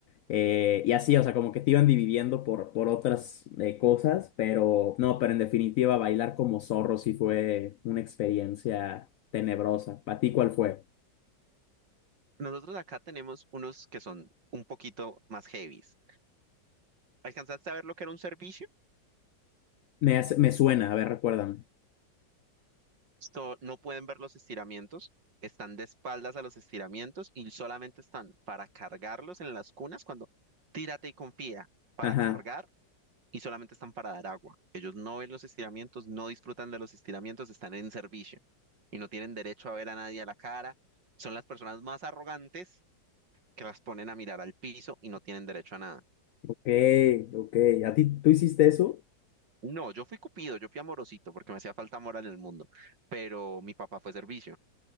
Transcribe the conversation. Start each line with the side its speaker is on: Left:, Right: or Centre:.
Left: Eh, y así, o sea, como que te iban dividiendo por, por otras eh, cosas, pero no, pero en definitiva, bailar como zorro sí fue una experiencia tenebrosa. ¿Para ti cuál fue?
Right: Nosotros acá tenemos unos que son un poquito más heavies. ¿Alcanzaste a ver lo que era un servicio?
Left: Me, hace- me suena, a ver, recuérdame.
Right: Esto, no pueden ver los estiramientos, están de espaldas a los estiramientos y solamente están para cargarlos en las cunas cuando tírate y confía para
Left: Ajá,
Right: cargar y solamente están para dar agua. Ellos no ven los estiramientos, no disfrutan de los estiramientos, están en servicio y no tienen derecho a ver a nadie a la cara. Son las personas más arrogantes que las ponen a mirar al piso y no tienen derecho a nada.
Left: ok, ok. ¿A ti tú hiciste eso?
Right: No, yo fui cupido, yo fui amorosito porque me hacía falta amor en el mundo, pero mi papá fue servicio.